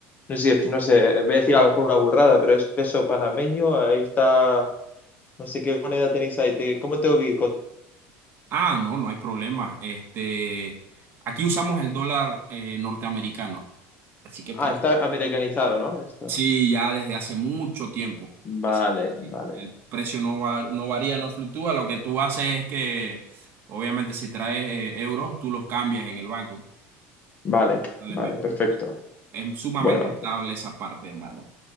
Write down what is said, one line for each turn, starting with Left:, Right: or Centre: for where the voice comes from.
Left: no sé, si, no sé, voy a decir a lo mejor una burrada, pero es peso panameño, ahí está, no sé qué moneda tenéis ahí, te- ¿cómo tengo que ir con...
Right: Ah, no, no hay problema. Este, aquí usamos el dólar eh, norteamericano, así que
Left: Ah,
Right: por eso.
Left: está americanizado, ¿no? Esto.
Right: Sí, ya desde hace mucho tiempo. Así
Left: Vale,
Right: que
Left: vale,
Right: sí, el precio no va- no varía, no fluctúa. Lo que tú haces es que, obviamente, si traes eh, euros, tú los cambias en el banco.
Left: vale,
Right: Dale,
Left: vale,
Right: me-
Left: perfecto.
Right: Es sumamente
Left: Bueno,
Right: estable
Left: pues,
Right: esa parte, hermano.